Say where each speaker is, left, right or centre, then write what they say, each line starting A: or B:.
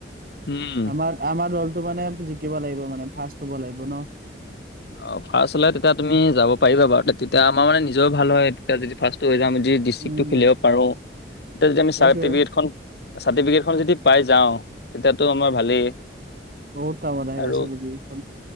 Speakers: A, on the left; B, on the right.
A: উম
B: আমাক আমাৰ দলটো মানে জিকিব লাগিব মানে ফাৰ্ষ্ট হব লাগিব ন
A: অ ফাষ্ট হ'লে দি তেতিয়া তুমি যাব পাৰিবা বাৰু তেতিয়া আমাৰ মানে নিজও ভাল হয় তেতিয়া যদি ফাৰ্ষ্ট হৈ যাম যদি ডিষ্ট্ৰিকতো
B: উম
A: খেলিব পাৰোঁ এতিয়া যদি আমি
B: সেইটোৱে
A: চাৰ্টিফিকেটখন চাৰ্টিফিকেটখন যদি পাই যাওঁ তেতিয়াতো আমাৰ ভালেই
B: বহুত কামত আহিব
A: আৰু
B: চাবিবি উম